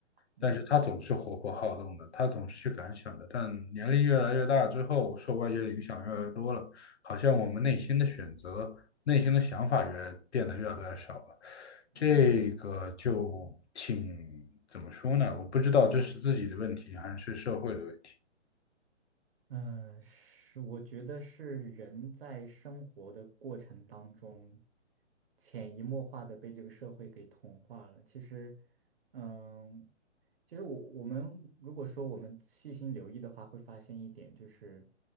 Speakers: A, on the right; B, on the left.
A: 嗯嗯嗯
B: 但是他总是活泼好动的，他总是去感想的。但年龄越来越大之后，受外界的影响越来越多了，好像我们内心的选择。内心的想法越变得越来越少了，
A: 嗯。
B: 这个就挺怎么说呢？我不知道这是自己的问题还是社会的问题。
A: 嗯，是，我觉得是人在生活的过程当中，潜移默化的被这个社会给同化了。其实，嗯，其实我我们如果说我们细心留意的话，会发现一点就是，